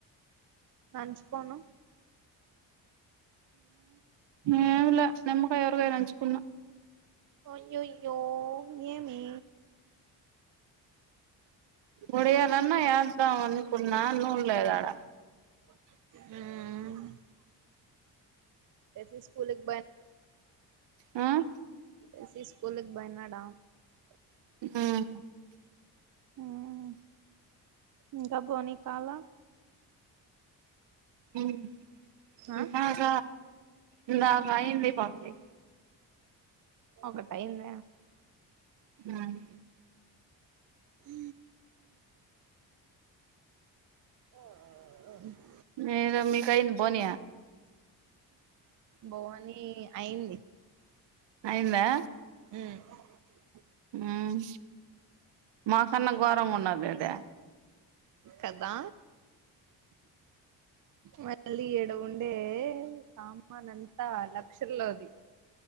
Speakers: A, on the right; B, on the right.
A: నంచుకోను
B: ఉమ్ ఏంలే నిమ్మకాయ్ ఊరగాయ్ నంచ్చుకున్న
A: అయ్యయ్యో ఏమీ
B: ఒడియాలన్ చ్ద్దాం అనుకున్నా నూన్ లేదాడ
A: ఉమ్ యసి స్కూల్ బన్
B: ఆ
A: యసి స్కూలు కి బయినాడ
B: ఉమ్
A: ఉమ్ ఇంకాబోనీ కాల
B: ఉమ్ ఇందాక
A: ఆ
B: ఇందాక అయింది పంది
A: ఒక టైంద
B: ఉమ్
A: హ ఓ <unintelligible>
B: మీదో మికయెంద బోన
A: బోని అయింది
B: అయందా
A: ఉమ్
B: ఉమ్ మాకన్నా ఘోరంగా ఉన్నది ఏందే
A: కదా మళ్ళీ ఎడ ఉండే ఏ సామాన్ అంతా లక్షల్లోది